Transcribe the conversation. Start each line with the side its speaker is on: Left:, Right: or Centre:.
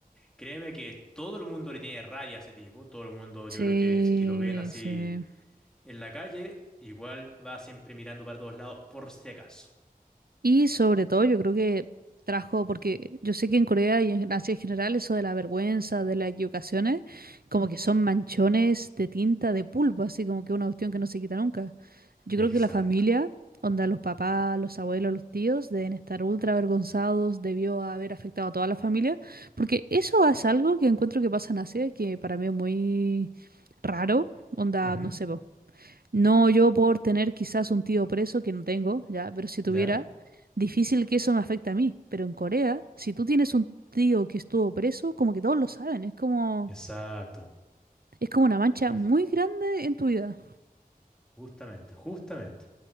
Centre: Créeme que todo el mundo le tiene rabia a ese tipo. Todo el mundo,
Right: Sí,
Centre: yo creo que es que lo ven así
Right: sí.
Centre: en la calle, igual va siempre mirando para todos lados por si acaso.
Right: Y sobre todo yo creo que trajo, porque yo sé que en Corea y en Asia en general eso de la vergüenza, de las equivocaciones, como que son manchones de tinta, de pulpo, así como que una cuestión que no se quita nunca. Yo creo
Centre: Exacto.
Right: que la familia, onda los papás, los abuelos, los tíos, deben estar ultra avergonzados, debió haber afectado a toda la familia, porque eso es algo que encuentro que pasa en Asia, que para mí es muy raro, onda,
Centre: Ujú,
Right: no sé, po. No, yo por tener quizás un tío preso, que no tengo, ya, pero si tuviera,
Centre: ¿Ya?
Right: difícil que eso me afecte a mí. Pero en Corea, si tú tienes un tío que estuvo preso, como que todos lo saben, es como,
Centre: Exacto.
Right: es como una mancha
Centre: Ex-
Right: muy grande en tu vida.
Centre: justamente, justamente.